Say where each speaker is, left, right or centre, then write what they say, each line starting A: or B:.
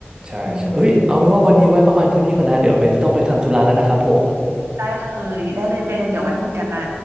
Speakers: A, on the right; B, on the right.
A: ใช่ใช่เอ้ยเอาเป็นว่าวันนี้ไว้ประมาณเท่านี้ก่อนนะเดี๋ยวเบนจะต้องไปทำธุระแล้วนะครับผม
B: อืมได้เลยได้เลยเบนเดี๋ยวไว้คุยกันนะ